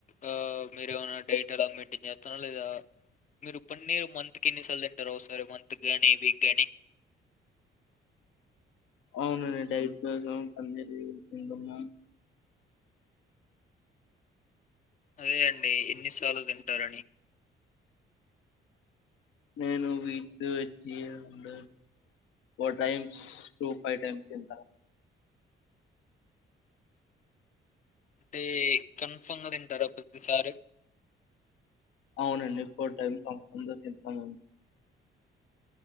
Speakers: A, on the left; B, on the left.
A: ఆ మీరు ఏమైనా డైట్ ఎలా మెయింటైన్ చేస్తార లేదా, మీరు పన్నీర్ మంత్ కి ఎన్నిసార్లు తింటార ఒకసారి మంత్ గాని వీక్ గాని.
B: అవునండి డైట్ కోసం, పన్నీర్ తీసుకుంటున్న.
A: అదే అండి, ఎన్నిసార్లు తింటారని.
B: నేను వీక్ వచ్చి ఉండ four times two five times తింటాను.
A: అంటే, కన్ఫామ్గా తింటారా ప్రతిసారి.
B: అవునండి, ఫోర్ టైమ్ కన్ఫామ్గ తింటానండి.